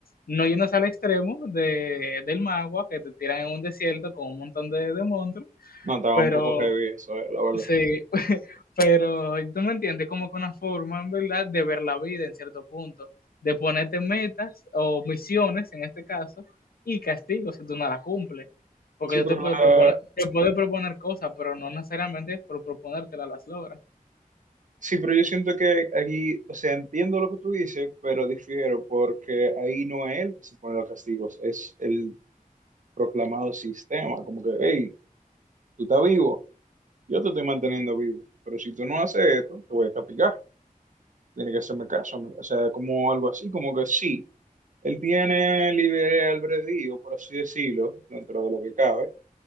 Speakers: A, on the left (about 85°); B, on the right (about 60°).
A: no yéndose al extremo de, del magua, que te tiran en un desierto con un montón de, de monstruos,
B: No, estaba
A: pero
B: un poco heavy eso, eh, la verdad.
A: sí, <laughs> pero tú me entiendes, como que una forma, en verdad, de ver la vida en cierto punto, de ponerte metas o misiones, en este caso, y castigos si tú no las cumples. Porque
B: Sí,
A: yo
B: pero
A: te puedo
B: la-
A: proponer, te puedo proponer cosas, pero no necesariamente por proponértelas las logras.
B: sí, pero yo siento que aquí, o sea, entiendo lo que tú dices, pero difiero porque ahí no es él que se pone los castigos, es el proclamado sistema, como que, hey, tú estás vivo, yo te estoy manteniendo vivo, pero si tú no haces esto, te voy a castigar. tiene que hacerme caso, amiga. O sea, como algo así, como que sí, él tiene libre albedrío, por así decirlo, dentro de lo que cabe.